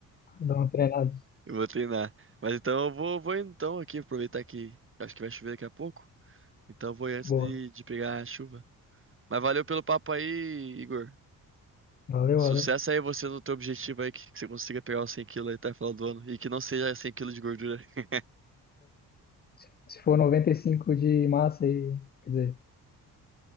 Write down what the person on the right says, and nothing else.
Eu vou treinar. Mas então eu vou, vou indo então aqui, aproveitar que acho que vai chover daqui a pouco. Então eu vou ir antes
de, de pegar a chuva. Mas valeu pelo papo aí, Igor.
Sucesso
aí você no teu objetivo aí, que que você consiga pegar os 100 quilos aí até o final do ano. E que não seja 100 quilos de gordura. <laughs>